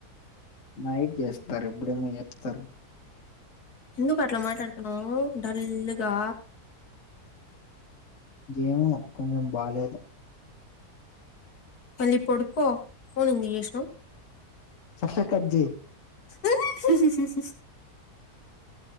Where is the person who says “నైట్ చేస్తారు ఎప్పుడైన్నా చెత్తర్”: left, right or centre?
Left